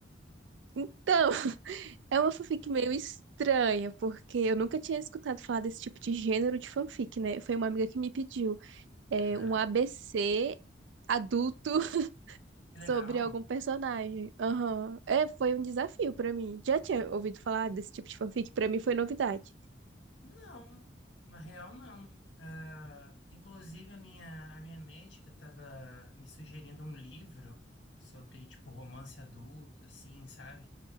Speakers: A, on the right (about 75°); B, on the left (about 80°).
A: Então, <laughs> é uma fanfic meio estranha, porque eu nunca tinha escutado falar desse tipo de gênero de fanfic, né? Foi uma amiga que me pediu é,
B: Aham.
A: um ABC adulto <laughs>
B: Que legal.
A: sobre algum personagem. Aham. É, foi um desafio pra mim. Já tinha ouvido falar desse tipo de fanfic? Pra mim foi novidade.
B: Não, na real, não. Ah, inclusive, a minha, a minha médica estava me sugerindo um livro sobre, tipo, romance adulto, assim, sabe?